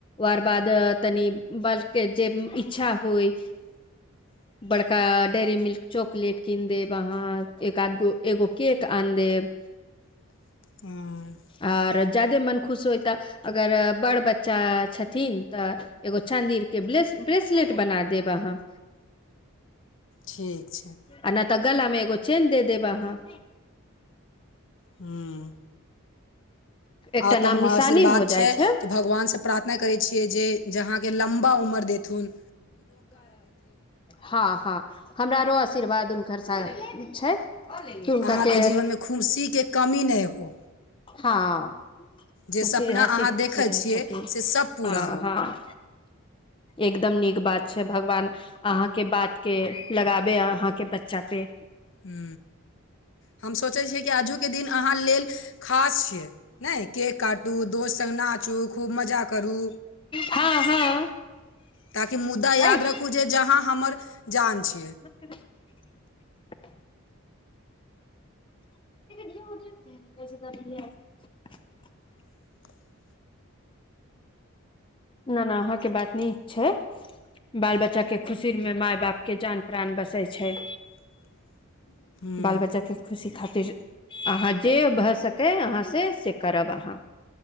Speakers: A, on the left (about 25°); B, on the left (about 60°).
A: वार बाद तनि बलके जे इच्छा होइ
B: <inaudible>
A: बड़का डेयरी मिल्क चॉकलेट कीन देब अहाँ एक आध गो एगो केक आन देब
B: <inaudible> अं
A: और जादे मन खुश होइत अगर बड़ बच्चा छथिन तऽ एगो चांदी के ब्रेसलेट बना देब अहाँ
B: ठीक छैइ
A: आ नहि तऽ गला में एगो चेन दे देब अहाँ
B: हूँ
A: एकटा
B: आ
A: नाम
B: तऽ हमर
A: निशानी
B: आशीर्वाद
A: हो
B: छैइ
A: जाइ छै
B: कि भगवान से प्रार्थना करै छीअइ जे आहा के लंबा उम्र देथून
A: हाँ हाँ हमरा रो आशीर्वाद हुनकर सा छैइ कि हुनका
B: अहाँके
A: के
B: जीवनमे खुशीके कमी नहि हो
A: हँ
B: जे
A: खुशी
B: सपना
A: हँसी
B: अहाँ
A: खुशी
B: देखै
A: रहैए
B: छियै
A: छथिन
B: से सब पूरा
A: हँ
B: हो
A: हँ एकदम नीक बात छैइ भगवान अहाँ के बात के लगाबे अहाँ के बच्चा पे
B: हू हम सोचैइ छिअइ जे आजूक दिन आहा लेल खास छैइ नई केक काटू दोस संग नाचू खूब मजा करू
A: हँ हँ
B: ताकि मुद्दा याद
A: अइ
B: रखू जे जहाँ हमर जान छैइ
A: <inaudible> <unintelligible>
B: <inaudible>
A: न न अहाँके बात नीक छैई बाल बच्चा चा के खुशी मे माय बापके जान प्राण बसैइ छैइ
B: <inaudible> ह्म्म
A: बाल बच्चा के खुशी खातिर अहाँ जे भइ सकय अहाँसँ से करब अहाँ